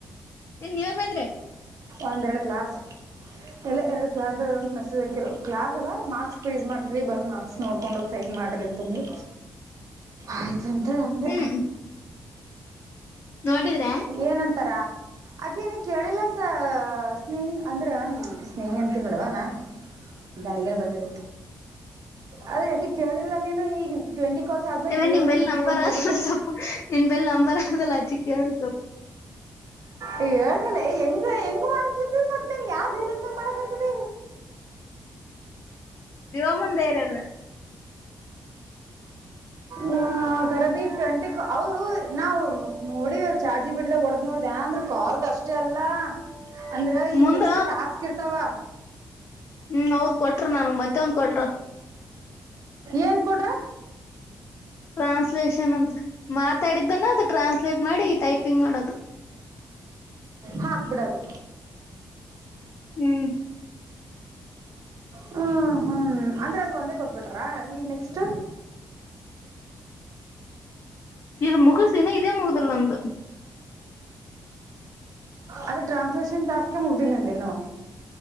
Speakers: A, on the left; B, on the right.
A: ಏನ್ ನೀವೇ ಬಂದ್ರಿ.
B: ಒಂದೆರಡು ಕ್ಲಾಸ್ ಇಲ್ಲ ಎರಡ್ ಕ್ಲಾಸ್ ಅದಾವ್ ಅಂತ್ ಮೆಸೇಜ್ ಹಾಕಿದ್ರು ಕ್ಲಾಸ್ ಅಲ್ಲ ಮಾ ಪ್ರೀಸ್ ಮಾಡ್ತೀವಿ ಬಂದ್ ಮಾರ್ಕ್ಸ್ ನೋಡ್ಕೊಂಡ ಹೋಗಿ ಸೈನ್ ಮಾಡ್ರಿ ಅಂತಂದ್ರು ಆಯ್ತ ಆನ್ ತಂದೆ
A: ಹ್ಮ್ ನೋಡಿದ್ರ
B: ಏನಂತಾರ ಆಕೆನ ಕೇಳಿಲ್ಲಸ ಸ್ನೇಹಿ ಅಂದ್ರ ಸ್ನೇಹಿ ಅಂತ ನೋಡವನಾ ನನಗೇನ್ ಬಂದಿರ. ಅದ ಯಾಕೆ ಕೇಳಿಲ್ಲ ನೀನು ಈಗ ಟ್ವೆಂಟಿ. ಕಲ್ಸ ಆದ್ಮ್ಯಾಗ
A: ಇವ
B: ಏನ್
A: ನಿಮ್ ಬೆಲ್
B: ಐತಿ
A: ನಂಬರ್
B: ಅಂತ
A: ಆದಲ್ಲ
B: ಹೇಳ್ಬಿಟ್ಟ.
A: ಸೊಪ್ಪು ನಿನ್ ಬೆಲ್ ನಂಬರ್ ಆದಲ್ಲ ಅಚ್ಚಿ ಕೇಳ್ರಿ ಸೊಪ್ಪು
B: ಹೇಳ್ರಲ್ಲ ಹೆಂಗ ಹೆಂಗ್ ಮಾಡ್ಲತದ ಮದೇನ್ ಯಾವ್ದರಿ ಮಾಡಕತದ.
A: ದಿವ ಮುಂದೇರೇಲೆ.
B: ಹ ಖರಬಿ ಟ್ವೆಂಟಿ ಅ ನಾವು ನೋಡಿ ಚಾರ್ಜಿ ಬಿಟ್ಟ್ದಾಗ ಹೊಡ್ದ್ ನೋಡ್ದ ಅಂದ್ರ ಕಾಲ್ದ ಅಷ್ಟೇ ಅಲ್ಲ ಅಂದ್ರ ಈಗ
A: ಮುಂದ
B: ನೆಕ್ಸ್ಟ್ ಟಾಸ್ಕ್ ಇರ್ತಾವ.
A: ಹ್ಮ್ ಹೌದ್ ಕೊಟ್ಟ. ನ ಮತ್ತೆ ಒಂದ್ ಕೊಡ್ರ
B: ಏನ್ ಕೊಟ್ರ
A: ಟ್ರಾನ್ಸ್ಲೇಷನ್ ಅಂತ ಮಾತಾಡಿದ್ದನ್ನ ಅ ಟ್ರಾನ್ಸ್ಲೇಟ್ ಮಾಡಿ ಟೈಪಿಂಗ್ ಮಾಡೋದು.
B: ಹಾ ಹಾಕ್ಬಿಡದು.
A: ಹ್ಮ್
B: ಹ್ಮ ಹ್ಮ ಅಂದ್ರೆ ಅದು ಒಂದೇ ಕೊಟ್ಬಿಟ್ರಾ ಈಗ ನೆಕ್ಸ್ಟ್.
A: ಇದು ಮುಗುಸಿನ ಇದೇ ಮುಗದಲ್ ಅಂದ.
B: ಅದ ಟ್ರಾನ್ಸ್ಲೇಷನ್ ಟಾಸ್ ಮುಗ್ದಿಲ್ಲ ನಂದೇನು.